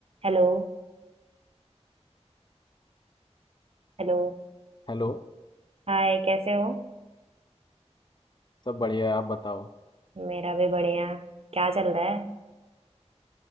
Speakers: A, on the right (about 60°); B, on the left (about 40°).
A: हेलो हेलो
B: Hello
A: हाय कैसे हो
B: सब बढ़िया है, आप बताओ
A: मेरा भी बढ़िया क्या चल रहा है